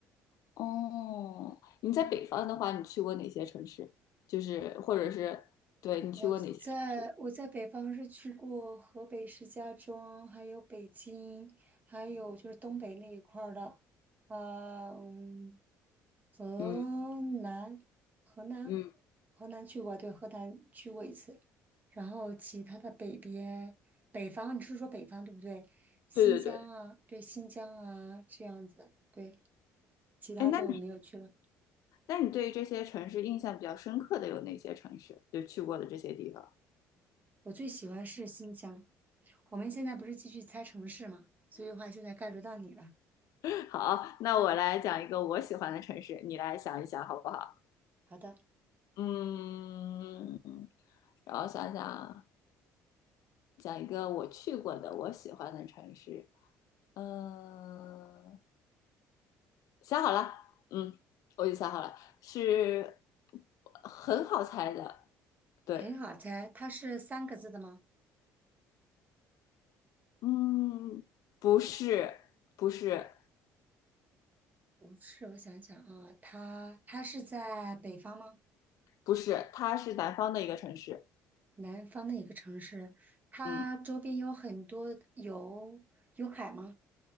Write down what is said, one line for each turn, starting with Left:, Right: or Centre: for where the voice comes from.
Left: 哦，你在北方的话，你去过哪些城市？就是或者是对你去过哪些城市？
Right: 我在我在北方是去过河北石家庄，还有北京，还有就是东北那一块儿的，呃嗯，河南，
Left: 嗯
Right: 河南，
Left: 嗯，
Right: 河南去过，对，河南去过一次。然后其他的北边，北方，你是说北方对不对？新疆啊，
Left: 对对对。
Right: 对，新疆啊，这样子，对，其他就没有去了。
Left: 哎，那你那你对于这些城市印象比较深刻的有哪些城市？就去过的这些地方。
Right: 我最喜欢是新疆。我们现在不是继续猜城市嘛，所以的话现在该轮到你了。
Left: <laughs> 好，那我来讲一个我喜欢的城市，你来想一想好不好？
Right: 好的，
Left: 嗯，然后想想讲一个我去过的我喜欢的城市。嗯，想好了，嗯，我已经想好了，是很好猜的，对，
Right: 很好猜，它是三个字的吗？
Left: 嗯，不是，不是，
Right: 不是，我想想啊，它它是在北方吗？
Left: 不是，它是南方的一个城市，
Right: 南方的一个城市，它周边有很多有有海吗？
Left: 嗯，